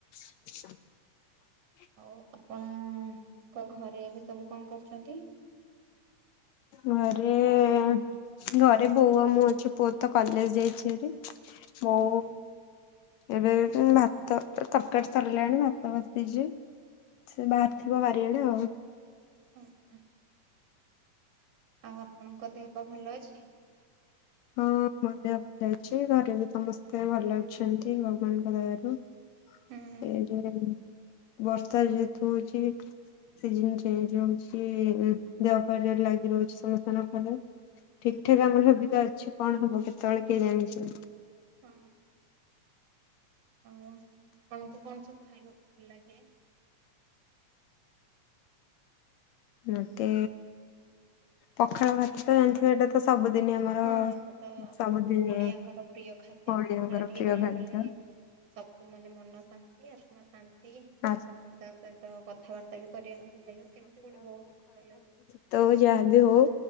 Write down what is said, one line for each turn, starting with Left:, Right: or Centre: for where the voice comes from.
Left: <inaudible>
Right: ଆଉ ଆପଣଙ୍କ ଘରେ ଏବେ ସବୁ କଣ କରୁଛନ୍ତି।
Left: ଘରେ- ଘରେ ବୋଉ ଆଉ ମୁଁ ଅଛି ପୁଅ ତ କଲେଜ ଯାଇଛି ହେରି ବୋ
Right: ହଁ
Left: ଏବେ ଭାତ ତରକାରୀ ସରିଲାଣି ଭାତ ବସେଇଛି ସେ ବାହାରି ଥିବ ବାରିଆଡେ ଆଉ
Right: ହ ହ ଆଉ ଆପଣଙ୍କ ଦେହ ପା ଭଲ ଅଛି।
Left: ହଁ ମୋ ଦେହ ଭଲଅଛି ଘରେ ବି ସମସ୍ତେ ଭଲ ଅଛନ୍ତି ଭଗବାନଙ୍କ ଦୟାରୁ-
Right: ହୁଁ
Left: <unintelligible> ବର୍ଷା ଯେହେତୁ ହଉଛି ସିଜୀନ ଚେଞ୍ଜ ହଉଛି ଦେହପା ଯାହାର ଲାଗି ରହୁଛି ସମସ୍ତଙ୍କର ଖାଲି ଠିକ
Right: ଆଉ
Left: ଠାକ ଆମର ହେବ ତ ଅଛି କଣ ହବ କେତେବେଳେ କେହି ଜାଣିଛ।
Right: ହଁ ଆଉ ଆପଣଙ୍କୁ କଣ ସବୁ ଖାଇବାକୁ ଭଲ ଲାଗେ।
Left: ମତେ ପଖାଳ ଭାତ ତ ଜାଣିଥିବ ଏଇଟା ତ ତ ସବୁଦିନ ଆମର
Right: ହଁ ଏଇଟା ତ
Left: ସବୁଦିନେ
Right: ସବୁ ଓଡିଆଙ୍କର ପ୍ରିୟ ଖାଦ୍ୟ
Left: ଓଡ଼ିଆଙ୍କର
Right: ପଖାଳ ଟିକେ
Left: ପ୍ରିୟ
Right: ମିଳିଗଲେ
Left: ଖାଦ୍ୟ।
Right: ସବୁ ମାନେ ମନ ଶାନ୍ତି ଆତ୍ମା ଶାନ୍ତି ସମସ୍ତଙ୍କ
Left: ଆ
Right: ସହିତ କ କଥାବାର୍ତ୍ତା ବି କରିବାକୁ ଭଲଲାଗେ କେମିତି ଗୋଟେ ବହୁତ ଭଲ ଲାଗେ।
Left: ତ ଯାହା ବି ହଉ।